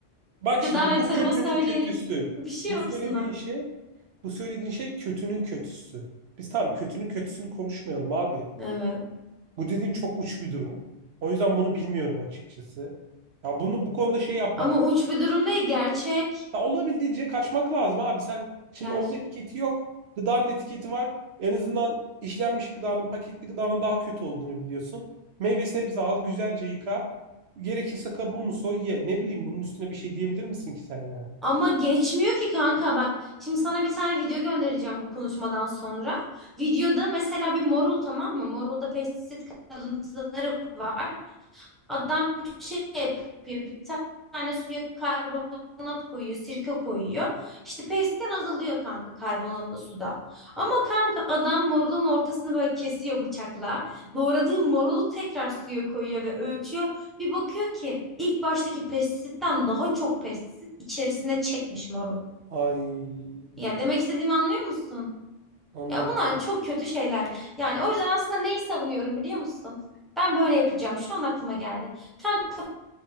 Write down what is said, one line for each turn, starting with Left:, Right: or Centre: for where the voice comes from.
Right: bak
Centre: Gıda
Right: şimdi
Centre: ve
Right: bu
Centre: Tarım'a
Right: kötünün
Centre: söyleyelim.
Right: kötüsü.
Centre: Bir şey
Right: Bu
Centre: yapsınlar.
Right: söylediğin şey Bu söylediğin şey kötünün kötüsü. Biz tamam kötünün kötüsünü konuşmayalım abi.
Centre: Evet.
Right: Bu dediğim çok uç bir durum. O yüzden bunu bilmiyorum açıkçası. Ya bunu bu konuda şey yapmak.
Centre: Ama uç bir durum değil gerçek.
Right: Ya olabildiğince kaçmak lazım abi. Sen şimdi
Centre: Gerçek.
Right: onun etiketi yok. Gıdanın etiketi var. En azından işlenmiş gıdanın, paketli gıdanın daha kötü olduğunu biliyorsun. Meyve sebze al, güzelce yıka. Gerekirse kabuğunu soy, ye. Ne bileyim bunun üstüne bir şey diyebilir misin ki sen yani?
Centre: Ama geçmiyor ki kanka bak. Şimdi sana bir tane video göndereceğim bu konuşmadan sonra. Videoda mesela bir morul tamam mı? Morulda pestisit kalıntıları var. Adam bir şey yapıyor. Bir tane suya karbonat koyuyor, sirke koyuyor. İşte peyzden azalıyor kanka karbonatlı suda. Ama kanka adam marulun ortasını böyle kesiyor bıçakla. Doğradığı marulu tekrar suya koyuyor ve ölçüyor. Bir bakıyor ki ilk baştaki pestisitten daha çok pestisit içerisine çekmiş marul.
Right: Ay
Centre: Ya demek istediğimi anlıyor musun?
Right: anladım.
Centre: Ya bunlar çok kötü şeyler. Yani o yüzden aslında neyi savunuyorum biliyor musun? Ben böyle yapacağım. Şu an aklıma geldi. Kanka